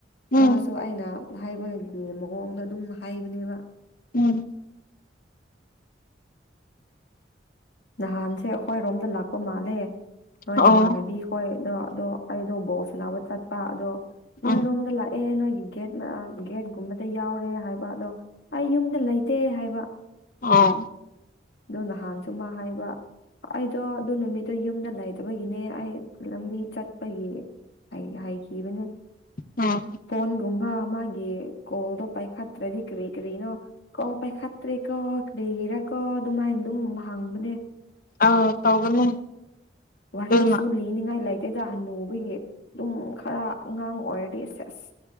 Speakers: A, on the left (about 50°); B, on the left (about 65°).
A: ꯎꯝ
B: ꯃꯥꯁꯨ ꯑꯩꯅ ꯍꯥꯏꯕꯒꯤ ꯑꯃꯛ ꯃꯑꯣꯡꯗ ꯑꯗꯨꯝ ꯍꯥꯏꯕꯅꯦꯕ
A: ꯎꯝ
B: ꯅꯍꯥꯟꯁꯦ ꯑꯩꯈꯣꯏꯔꯣꯝꯗ ꯂꯥꯛꯄ ꯃꯥꯜꯂꯦ ꯅꯣꯏꯅꯃꯥꯟꯅꯕꯤꯈꯣꯏ
A: ꯑꯣ
B: ꯑꯗꯣ ꯑꯗꯣ ꯑꯩꯗꯣ ꯕꯣꯛꯁꯅꯥꯕ ꯆꯠꯄ ꯑꯗꯣ ꯅꯣꯏꯔꯣꯝꯗ
A: ꯎꯝ
B: ꯂꯥꯛꯑꯦ ꯅꯣꯏꯒꯤ ꯒꯦꯠ ꯒꯦꯠꯀꯨꯝꯕꯗ ꯌꯥꯎꯔꯦ ꯍꯥꯏꯕ ꯑꯗꯣ ꯑꯩ ꯌꯨꯝꯗ ꯂꯩꯇꯦ ꯍꯥꯏꯕ
A: ꯑꯥ
B: ꯑꯗꯣ ꯅꯍꯥꯟꯁꯨ ꯃꯥ ꯍꯥꯏꯕ ꯑꯩꯗꯣ ꯑꯗꯨ ꯅꯨꯃꯤꯠꯇꯣ ꯌꯨꯝꯗ ꯂꯩꯇꯥꯕꯒꯤꯅꯦ ꯑꯩ ꯂꯝꯕꯤ ꯆꯠꯄꯒꯤ ꯍꯩꯈꯤꯕꯅꯦ
A: ꯎꯝ
B: ꯐꯣꯟꯒꯨꯝꯕ ꯃꯥꯒꯤ ꯀꯣꯜꯗꯣ ꯄꯥꯏꯈꯠꯇꯔꯥꯗꯤ ꯀꯔꯤ ꯀꯔꯤꯅꯣ ꯀꯣꯜ ꯄꯥꯏꯈꯥꯇ꯭ꯔꯦ ꯀꯦ ꯀꯔꯤꯔ ꯀꯦ ꯑꯗꯨꯃꯥꯏꯅ ꯑꯗꯨꯝ ꯍꯥꯡꯕꯅꯦ
A: ꯑꯥ ꯇꯧꯕꯅꯦ
B: ꯋꯥꯔꯤꯁꯨ
A: ꯑꯗꯨꯅ
B: ꯂꯤꯅꯤꯡꯉꯥꯏ ꯂꯩꯇꯦꯗ ꯍꯟꯅꯨꯕꯒꯤ ꯑꯗꯨꯝ ꯇꯨꯝ ꯈꯔ ꯑꯉꯥꯡ ꯑꯣꯏꯔꯗꯤ ꯑꯁ ꯑꯁ